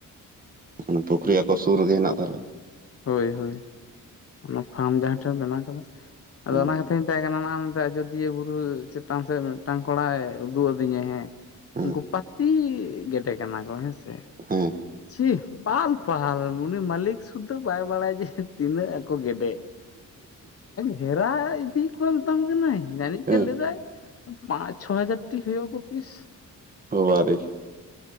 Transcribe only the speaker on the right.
ᱢᱟᱱᱮ ᱯᱩᱠᱷᱨᱤ ᱟᱠᱚ ᱥᱩᱨ ᱨᱮᱜᱮ ᱦᱮᱱᱟᱜ ᱛᱟᱦᱞᱮᱼᱼ
ᱦᱩᱸ
ᱦᱮᱸ
ᱦᱩᱸ
ᱦᱮᱸ
ᱵᱟᱵᱟ ᱨᱮ